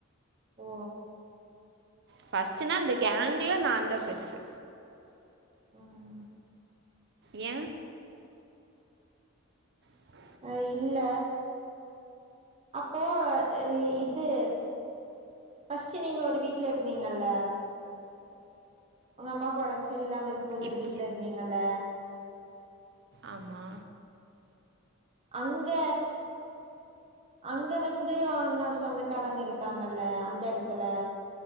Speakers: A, on the right; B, on the right.
A: ஓ
B: ஃபர்ஸ்ட்டுனா இந்த கேங்கில நான்ந்தா பெருசு
A: ம்
B: ஏ ஆ
A: அ இல்ல அப்போ இது ஃப்ர்ஸ்ட்டு நீங்க ஒரு வீட்ல இருந்தீங்கல்ல உங்க அம்மாக்கு ஒடம்ப சரி இல்லாம இருக்கும் போது ஒரு
B: இப்
A: வீட்ல இருந்தீங்கல்ல
B: ஆமா
A: அங்க அங்க வந்து என்னோட சொந்தக்காரங்க இருக்காங்கல்ல அந்த இடத்துல